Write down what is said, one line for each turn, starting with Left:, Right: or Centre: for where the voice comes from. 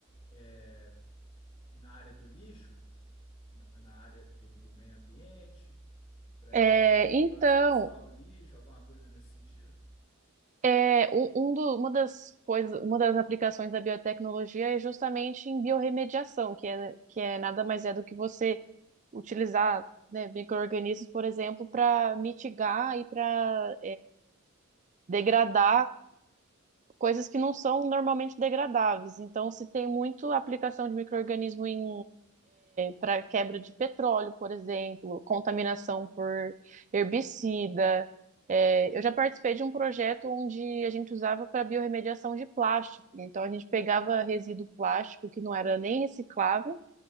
Left: é, na área do lixo, na, na área do, do meio ambiente, para a
Right: É,
Left: gente
Right: então,
Left: processar o lixo, alguma coisa nesse sentido?
Right: é, um, um do- uma das coisas, uma das aplicações da biotecnologia é justamente em biorremediação, que é, que é nada mais é do que você utilizar, né, micro-organismos, por exemplo, para mitigar e para degradar coisas que não são normalmente degradáveis. Então, se tem muito aplicação de micro-organismo em para quebra de petróleo, por exemplo, contaminação por herbicida. É, eu já participei de um projeto onde a gente usava para biorremediação de plástico. Então, a gente pegava resíduo plástico que não era nem reciclável